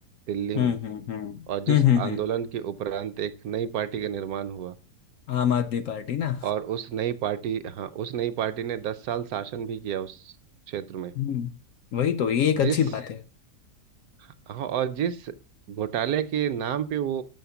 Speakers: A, on the right; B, on the left.
A: दिल्ली
B: हम्म
A: में
B: हम्म हम्म
A: और जिस
B: हम्म हम्म
A: आंदोलन
B: हम्म।
A: के उपरांत एक नई पार्टी का निर्माण हुआ
B: आम आदमी पार्टी ना
A: और उस नई पार्टी हाँ उस नई पार्टी ने दस साल शासन भी किया उस क्षेत्र में
B: हम्म वही तो ये एक अच्छी
A: जिस
B: बात है
A: हाँ और जिस घोटाले के नाम पे वो